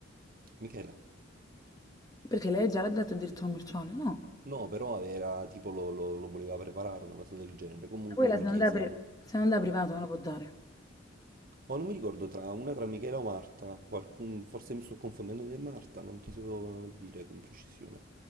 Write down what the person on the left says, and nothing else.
Perché lei già l'ha dato il diritto commerciale, no?
Quella
se
non da, pri- se non da privato non lo può dare.